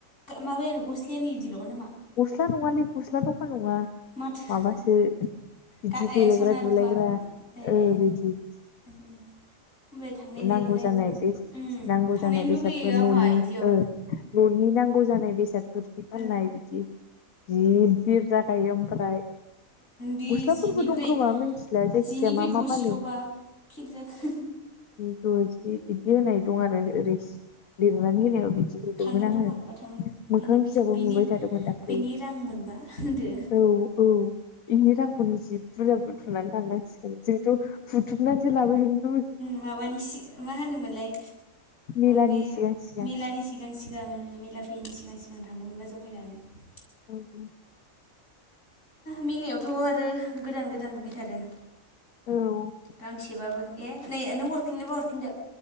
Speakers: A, on the left (about 60°); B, on the left (about 85°).
A: माबानो गस्लायानो इनोल' नामा?
B: गस्ला नङालै गस्ला दखा नङा
A: माथो
B: माबासो बिदि
A: गा ए
B: देलायग्रा
A: सना
B: दुलायग्रा
A: रुफा ए ए
B: बिदि
A: ओमफ्राय थांनाय जायोना
B: नांगौ जानाय
A: इदियाव
B: बे
A: उम
B: नांगौ
A: थांनायनो
B: जानाय बेसादफोर
A: लुगैयो आंहा
B: न'नि
A: इदियाव
B: न'नि नांगौ जानाय बेसादफोर फाननाय
A: ओ
B: बिदि जि
A: ए
B: बिर जाखायो ओमफ्राय
A: बे
B: गस्लाफोरबो
A: जिनिफ्राय
B: दंखोमा मिथिला जायखिजाया
A: जिनिफ्राय
B: मा
A: दजिल'बा
B: मा फानदों
A: फिर जाखो
B: दजि बिदि होनाय दं आरो लिरनानै बिदि लुदोंमोन
A: थांगोन
B: आङो
A: र' मालाबा थांगोन
B: मोखां
A: बिनि फैसा
B: बिजाबो
A: बिनि
B: नुबाय थादों। दाखै
A: बेनि रां मोनबा होनदो
B: औ औ इनि रांखौनो जि बुरजा बुथुमनानै थांनांसिगोन जोंथ' बुथुमनानैसो लाबो जों
A: माबानि सि मा होनोमोनलाय
B: मेलानि
A: बे
B: सिगां सिगां
A: मेलानि सिगां सिगां सिगां मेला फैयैनि सिगां सिगां थांनो मोनबा जमायनानैनो
B: उम
A: मेलायावथ' आरो गोदान गोदान लुगैथारो।
B: औ
A: गांसेबाबो ए नै नों हरफिननोबा हरफिनदो।